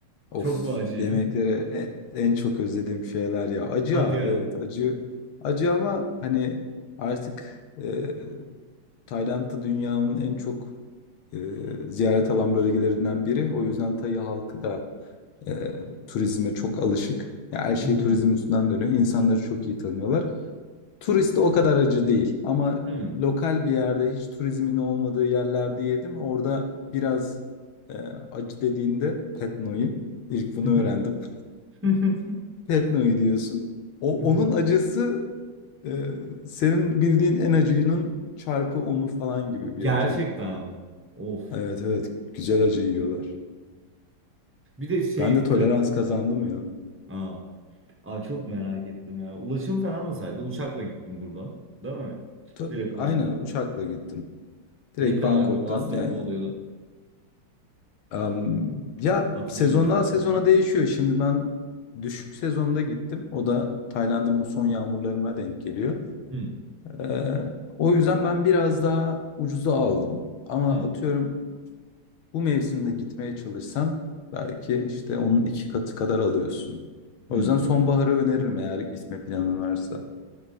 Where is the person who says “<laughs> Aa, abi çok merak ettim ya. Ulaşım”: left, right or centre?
Right